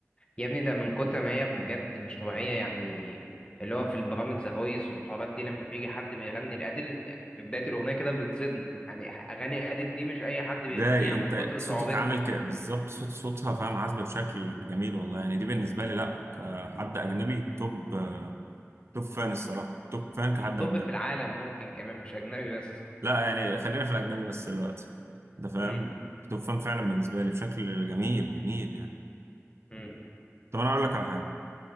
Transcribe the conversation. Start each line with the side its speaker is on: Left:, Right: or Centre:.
Left: يا ابني ده من كتر ما هي بجد مش طبيعية يعني اللي هو في البرامج ذا فويس والحوارات دي لما بيجي حد بيغني لأديل في بداية الأغنية كده بيتصدم يعني أغاني أديل دي مش أي حد
Right: ازاي
Left: بيغنيها
Right: انت
Left: من كتر
Right: صوتك
Left: صعوبتها
Right: عامل ك... بالظبط صوت صوتها فاهم عازبه بشكل جميل والله يعني دي بالنسبه لي لا كحد اجنبي توب توب فان الصراحه توب فان كحد
Left: يعني توب
Right: اجنبي
Left: في العالم ممكن كمان مش أجنبي بس
Right: لا يعني خلينا في الاجنبي بس دلوقتي ده فاهم
Left: مم.
Right: توب فان فعلا بالنسبه لي بشكل جميل جميل يعني
Left: مم.
Right: طب انا اقول لك على حاجه